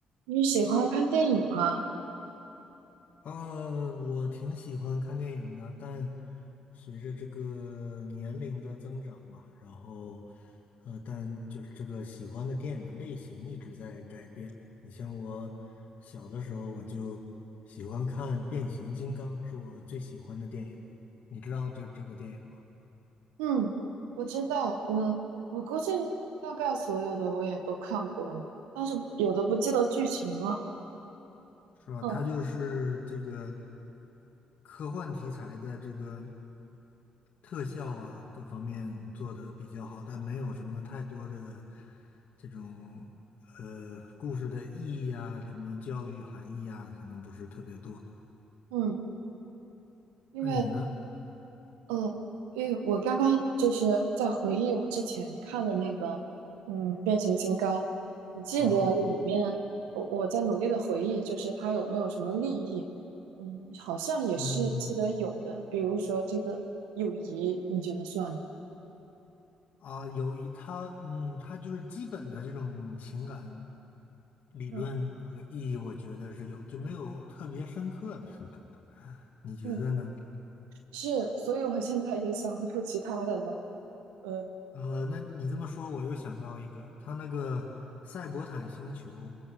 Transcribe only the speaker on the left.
啊，我挺喜欢看电影的，但随着这个年龄的增长吧，然后，呃，但就是这个喜欢的电影的类型一直在改变。你像我小的时候，我就喜欢看《变形金刚》，是我最喜欢的电影。你知道这这个电影吗？
是吧？
它就是这个科幻题材的这个特效啊，各方面做的比较好，但没有什么太多的这种呃故事的意义啊，什么教育含义啊，可能不是特别多。
那你呢？
啊，
嗯，
啊，有一它，嗯，它就是基本的这种情感理论和意义，
我觉得是有，就没有特别深刻的，<laughs> 你觉得呢？
呃，那你这么说，我又想到一个，他那个赛博坦星球，